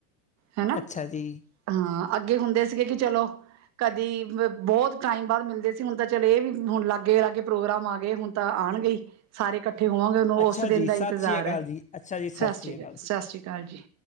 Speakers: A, on the right; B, on the left.
A: ਹੈਨਾ?
B: ਅੱਛਾ ਜੀ
A: ਹਾਂ ਅੱਗੇ ਹੁੰਦੇ ਸੀਗੇ ਕਿ ਚਲੋ ਕਦੀ ਬਹੁਤ ਟਾਈਮ ਬਾਅਦ ਮਿਲਦੇ ਸੀ, ਹੁਣ ਤਾਂ ਚਲੋ ਇਹ ਵੀ ਹੁਣ ਲਾਗੇਆ ਚਲੋ ਪ੍ਰੋਗਰਾਮ ਆ ਗਏ ਹੁਣ। ਤਾਂ ਆਉਣ ਗਈ ਸਾਰੇ। ਇਕੱਠੇ ਹੋਵਾਂਗੇ, ਉਹਨੂੰ
B: ਅੱਛਾ
A: ਉਸ ਦਿਨ
B: ਜੀ
A: ਦਾ
B: ਸਤਿ
A: ਇੰਤਜ਼ਾਰ
B: ਸ੍ਰੀ ਅਕਾਲ
A: ਹੈ।
B: ਜੀ ਅੱਛਾ ਜੀ
A: ਸਤਿ ਸ੍ਰੀ ਅਕਾਲ ਸਤਿ,
B: ਜੀ
A: ਸ੍ਰੀ ਅਕਾਲ ਜੀ।